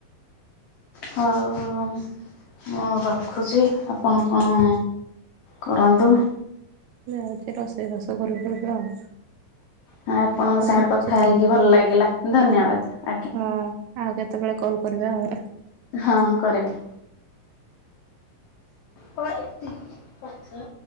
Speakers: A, on the left; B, on the right.
A: ହଉ ମୁଁ ରଖୁଚି ଆପଣ କଣ କରନ୍ତୁ।
B: ଯାଉଜି ରୋଷେଇ ବାସ କରିବୁ ଏବେ ଆଉ
A: ହଁ ଆପଣଙ୍କ
B: ହଉ
A: ସାଙ୍ଗରେ
B: ରଖୁଛି
A: କଥା
B: ତାହେଲେ
A: ହେଇକି
B: ମ୍ୟାଡ଼ାମ।
A: ଭଲ ଲାଗିଲା ଧନ୍ୟବାଦ ଆଜ୍ଞା।
B: ହଁ ଆଉ କେତେବେଳେ କଲ୍ କରିବେ ଆଉ ରା
A: ହଁ କରିବି। ହୋଏ ଇତି। ପାତ୍ର।